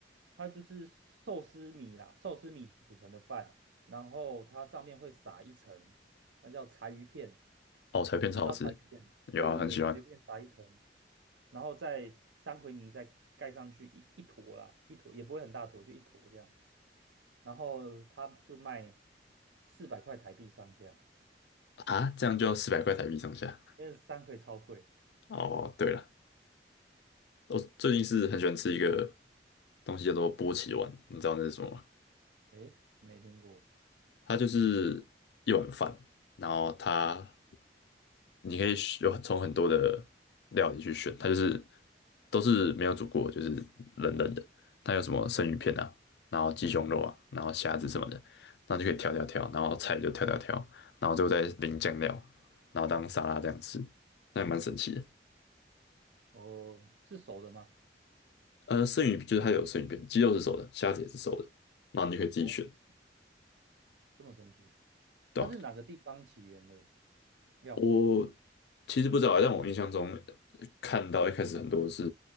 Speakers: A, on the right (about 80°); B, on the left (about 65°).
A: 它就是寿司米啦，寿司米煮成的饭，然后它上面会撒一层，那叫柴鱼片，
B: 哦，柴片超好吃，
A: 你知道柴鱼片？
B: 有啊，
A: 对对对，
B: 很喜欢
A: 柴鱼片撒一层，然后再三葵泥再盖上去一一坨啦，一坨也不会很大坨，就一坨这样，然后它就卖四百块台币上下，
B: 啊，这样就要四百块台币上下。
A: 因为三葵超贵，
B: 哦，对了，我最近是很喜欢吃一个东西叫做波奇丸，你知道那是什么吗？
A: 诶，没听过
B: 它就是一碗饭，然后它你可以选有从很多的料理去选，它就是都是没有煮过，就是冷冷的。它有什么生鱼片啊，然后鸡胸肉啊，然后虾子什么的，然后就可以挑挑挑，然后菜就挑挑挑，然后最后再淋酱料，然后当沙拉这样吃，那也蛮神奇的。
A: 哦，是熟的吗？
B: 呃，生鱼就是它有生鱼片，鸡肉是熟的，虾子也是熟的，然后你就可以自己选，
A: 哦。这么神奇？
B: 对吧？
A: 它是哪个地方起源的料理？
B: 我其实不知道，但我印象中看到一开始很多是